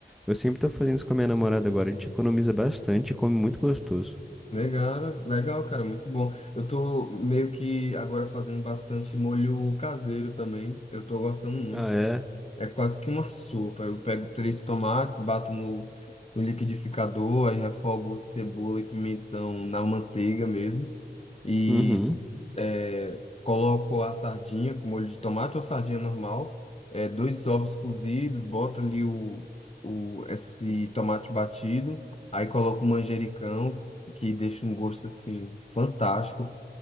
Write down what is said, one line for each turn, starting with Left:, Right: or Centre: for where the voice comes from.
Centre: eu sempre tô fazendo isso com a minha namorada agora. A gente economiza bastante e come muito gostoso.
Left: Legal, legal, cara, muito bom. Eu tô meio que agora fazendo bastante molho caseiro também. Eu tô gostando muito.
Centre: Ah, é?
Left: É quase que uma sopa. Eu pego três tomates, bato no, no liquidificador, aí refogo cebola e pimentão na manteiga mesmo. E
Centre: Uhum.
Left: é, coloco a sardinha com molho de tomate ou sardinha normal, é, dois ovos cozidos, boto ali o, o, esse tomate batido, aí coloco o manjericão, que deixa um gosto assim fantástico,